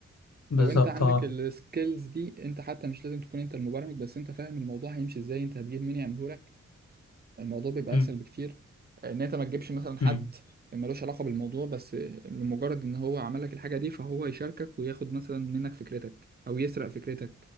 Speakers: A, on the left; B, on the right.
A: بالظبط
B: لو انت عندك
A: اه
B: السكيلز دي انت حتى مش لازم تكون انت المبرمج بس انت فاهم الموضوع هيمشي ازاي انت هتجيب مين يعمله لك الموضوع بيبقى
A: أمم،
B: اسهل بكتير آه، ان انت ما تجيبش مثلا حد
A: أمم،
B: ملوش علاقه بالموضوع بس آه، لمجرد ان هو عمل لك الحاجه دي فهو يشاركك وياخد مثلا منك فكرتك او يسرق فكرتك